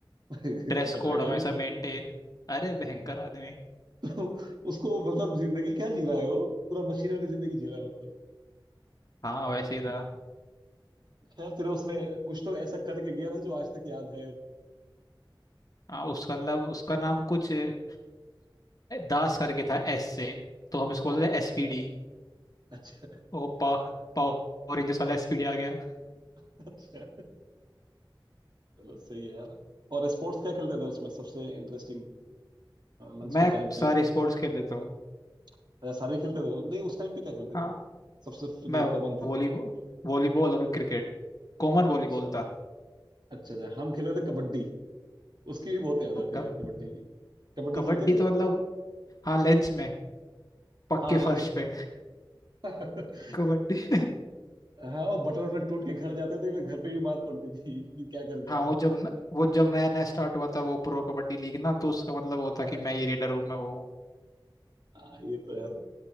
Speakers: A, on the right (about 55°); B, on the left (about 45°).
A: <laughs>
B: ड्रेस
A: खतरनाक
B: कोड हमेशा
A: आदमी
B: मेंटेन अरे भयंकर आदमी
A: तो उसको मतलब जिंदगी क्या जी रहा है वो पूरा मशीन वाली जिंदगी जी रहा है मतलब
B: हाँ वैसे ही था
A: खैर चलो उसने कुछ तो ऐसा करके गया था जो आज तक याद है
B: हाँ उसका मतलब उसका नाम कुछ ए, दास करके था एस से तो हम इसको बोलते थे एसपीडी
A: अच्छा
B: ओ पा, पावर रेंजर्स वाला एसपीडी आ गया
A: <laughs> अच्छा चलो सही है यार और स्पोर्ट्स क्या खेलते थे उसमें सबसे इंटरेस्टिंग लंच
B: मैं
A: के टाइम
B: सारे
A: पे
B: स्पोर्ट्स खेल लेता हूँ
A: अच्छा, सारे खेलते थे वो नहीं उस टाइम पे क्या खेलते
B: हाँ
A: थे सबसे जो
B: मैं
A: कॉमन थे
B: वॉलीबॉल वॉलीबॉल और क्रिकेट कॉमन वॉलीबॉल
A: अच्छा
B: था
A: अच्छा अच्छा, हम खेले थे कबड्डी उसकी भी बहुत याद आती
B: क-
A: है यार कबड्डी की कबड्डी
B: कबड्डी
A: खेलते
B: तो
A: थे
B: मतलब हाँ लंच में पक्के
A: हाँ
B: फर्श पे
A: लंच <laughs>
B: कबड्डी
A: हाँ वो बटन वटन टूट के घर जाते थे फिर घर पे भी बात पड़ती थी कि क्या
B: <laughs>
A: करके
B: हाँ
A: आए
B: वो
A: हो
B: जब न, वो जब नया नया स्टार्ट हुआ था वो प्रो कबड्डी लीग ना तो उसका मतलब वो
A: हाँ
B: था कि मैं ये रेडर हूँ मैं वो हूँ।
A: हाँ ये तो यार